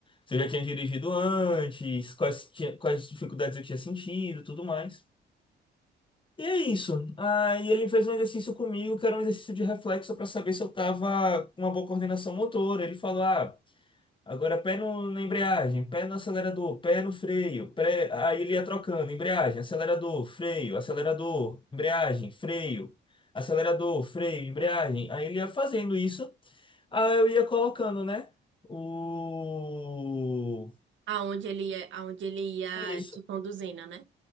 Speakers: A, on the left; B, on the right.
A: Se eu já tinha dirigido antes, quais, tinha- quais dificuldades eu tinha sentido, tudo mais. E é isso. Aí ele fez um exercício comigo, que era um exercício de reflexo para saber se eu tava com uma boa coordenação motora. Ele falou, ah, Agora pé no, na embreagem, pé no acelerador, pé no freio, pé... aí ele ia trocando, embreagem, acelerador, freio, acelerador, embreagem, freio, acelerador, freio, embreagem. Aí ele ia fazendo isso, aí eu ia colocando, né? O...
B: Aonde ele ia, aonde ele ia
A: Isso.
B: te conduzindo, né?